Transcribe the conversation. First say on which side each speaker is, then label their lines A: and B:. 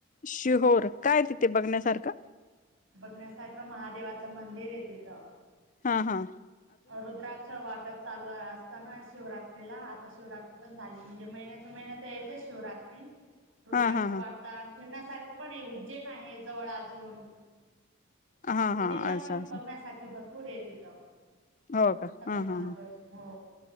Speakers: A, on the left; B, on the right.
A: शिहोर काय तिथे बघण्यासारखं?
B: बघण्यासारखं महादेवाचं मंदिरे तिथं.
A: ह ह.
B: रुद्राक्ष वाटप चालू असताना शिवरात्रीला. आता शिवरात्री पण झाली. म्हणजे महिन्यात महिना तर येतेच शिवरात्री. रुद्राक्ष
A: हा हा हा
B: वाटतात. फिरण्यासारखं पण आहे. उज्जैन आहे. जवळ अजून.
A: हा
B: उज्जैनला
A: हा असं
B: पण
A: असं
B: बघण्यासारखे भरपूरे तिथ.
A: हो का
B: सगळे
A: हा
B: महादेवचे.
A: हा हा
B: हो